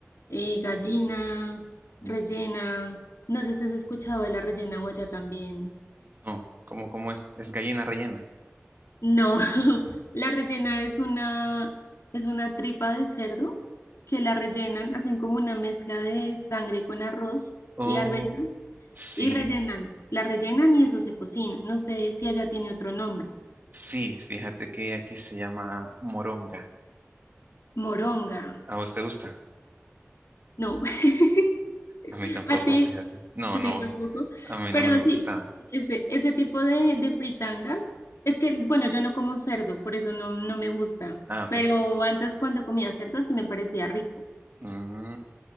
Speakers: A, on the left; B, on the right.
A: eh, gallina, rellena.
B: Mm,
A: No sé si has escuchado de la rellena o allá también.
B: No, ¿cómo, cómo es? Es gallina rellena.
A: No, <laughs> la rellena es una, es una tripa de cerdo que la rellenan, hacen como una mezcla de sangre con arroz
B: Oh,
A: y arveja
B: sí,
A: y rellenan. La rellenan y eso se cocina. No sé si allá tiene otro nombre.
B: sí, fíjate que aquí se llama moronga.
A: Moronga.
B: ¿A vos te gusta?
A: No, <laughs>
B: A mí
A: a
B: tampoco,
A: Bueno, ti,
B: fíjate. No,
A: a
B: no,
A: ti tampoco.
B: a mí
A: Pero
B: no me gusta.
A: sí, ese, ese tipo de, de fritangas. Es que, bueno, yo no como cerdo, por eso no, no me gusta.
B: Ah, ok.
A: Pero antes cuando comía cerdo sí me parecía rico.
B: Mm,